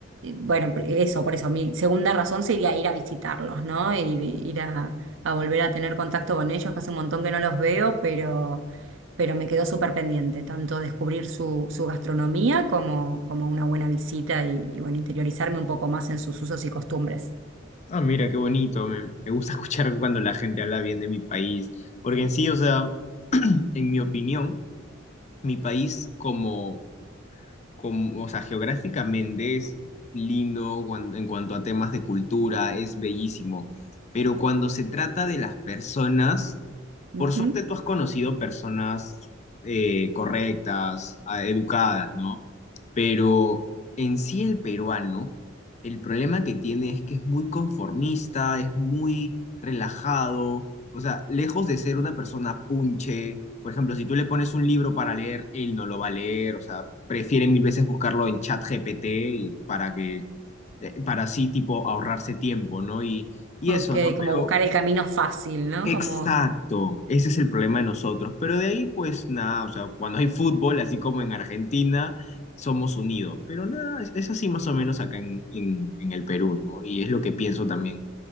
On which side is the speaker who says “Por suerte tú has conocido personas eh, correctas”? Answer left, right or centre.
Left